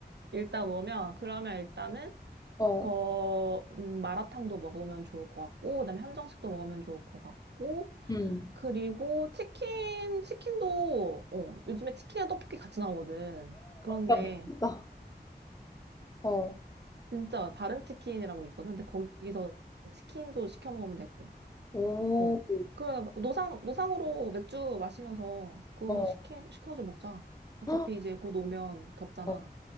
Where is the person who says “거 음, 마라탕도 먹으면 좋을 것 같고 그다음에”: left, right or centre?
Right